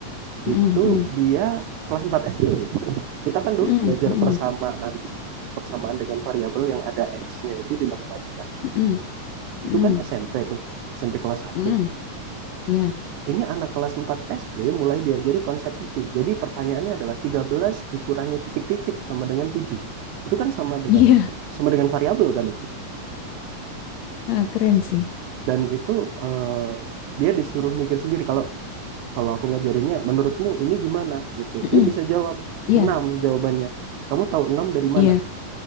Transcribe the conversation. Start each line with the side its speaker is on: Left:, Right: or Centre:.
Left: Mm-mm,
Right: Itu
Left: mm-mm,
Right: dia kelas 4 SD ini ya. Kita kan dulu
Left: mm-mm,
Right: belajar
Left: mm-mm,
Right: persamaan persamaan dengan variabel yang ada X-nya itu di matematika.
Left: mm-mm, mm-mm,
Right: Itu kan SMP tuh, SMP kelas satu
Left: mm-mm. Ya,
Right: Ini anak kelas 4 SD mulai diajari konsep itu. Jadi pertanyaannya adalah 13 dikurangi titik-titik sama dengan tujuh Itu kan sama dengan
Left: Iya,
Right: sama dengan variabel kan itu.
Left: heeh, keren sih.
Right: Dan itu eh, dia disuruh mikir sendiri kalau kalau aku ngajarinnya menurutmu ini gimana gitu
Left: Mm-mm,
Right: dia bisa jawab
Left: Iya,
Right: enam jawabannya kamu tahu enam dari
Left: iya.
Right: mana